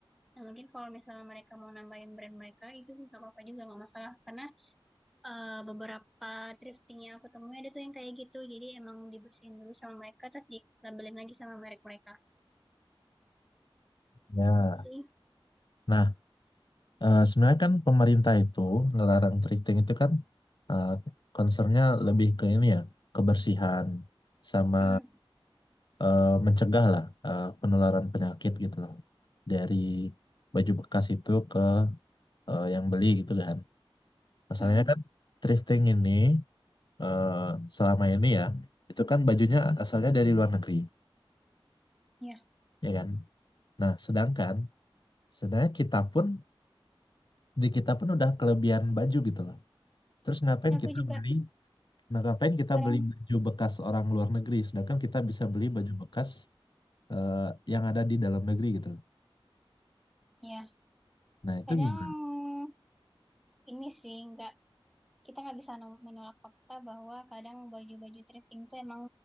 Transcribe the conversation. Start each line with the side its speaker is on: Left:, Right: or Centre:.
Centre: Nah, mungkin kalau misalnya mereka mau nambahin brand mereka itu nggak apa-apa juga nggak masalah karena eh, beberapa thrifting yang aku temuin ada tuh yang kayak gitu. Jadi emang dibersihin dulu sama mereka terus dilabelin lagi sama merek mereka
Left: Ya.
Centre: sih.
Left: Nah, eh, sebenarnya kan pemerintah itu ngelarang thrifting itu kan eh concernnya lebih ke ini ya, kebersihan sama
Centre: Hmm,
Left: eh, mencegah lah eh, penularan penyakit gitu loh dari baju bekas itu ke eh, yang beli gitu kan. Masalahnya
Centre: hmm,
Left: kan thrifting ini eh, selama ini ya itu kan bajunya asalnya dari luar negeri
Centre: ya.
Left: ya kan. Nah sedangkan sebenarnya kita pun di kita pun udah kelebihan baju gitu loh. Terus ngapain
Centre: Ya, aku
Left: kita
Centre: juga
Left: beli? Nah, ngapain kita
Centre: kadang
Left: beli baju bekas orang luar negeri, sedangkan kita bisa beli baju bekas eh, yang ada di dalam negeri gitu loh.
Centre: ya
Left: Nah, itu
Centre: kadang
Left: gimana?
Centre: ini sih nggak kita nggak bisa no- menolak fakta bahwa kadang baju-baju thrifting tuh emang